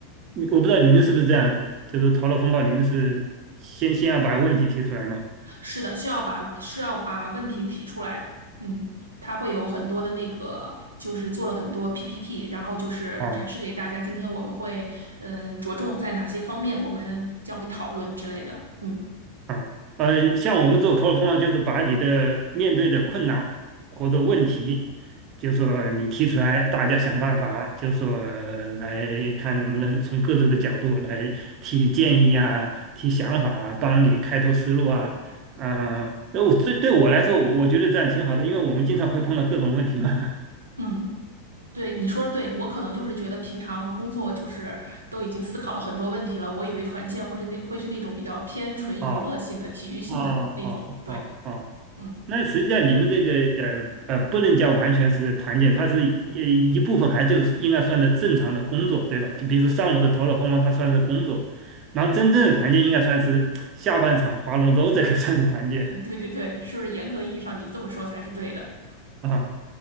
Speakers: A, on the right (about 35°); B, on the right (about 75°).
A: 你我不知道你们是不是这样子，就是头脑风暴，你们是先先要把问题提出来嘛？
B: 是的，需要把是要把问题提出来，嗯，他会有很多的那个，就是做了很多 PPT，然后就是展示给大家，
A: 啊
B: 今天我们会，嗯、着重在哪些方面，我们将会讨论之类的，嗯
A: 啊，呃，像我们做头脑风暴，就是把你的面对的困难或者问题，就说你提出来，大家想办法，就说来看能不能从各自的角度来提建议啊，提想法啊，帮你开拓思路啊，啊，那我这对我来说，我我觉得这样挺好的，因为我们经常会碰到各种问题嘛。
B: 嗯。对，你说的对，我可能就是觉得平常工作就是都已经思考了很多问题了，我以为团建或是那会是那种比较偏纯娱乐性的、
A: <laughs> 哦
B: 体育性的那种。
A: 哦哦哦哦，
B: 对，嗯，
A: 那实际上你们这个呃呃，不能叫完全是团建，它是一一部分，还就是应该算的正常的工作，对吧？就比如说上午的头脑风暴，它算是工作，然后真正的团建应该算是下半场划龙舟这个 <laughs> 算是团建
B: <laughs> 对对对，是不是严格意义上你这么说才是对的？
A: 啊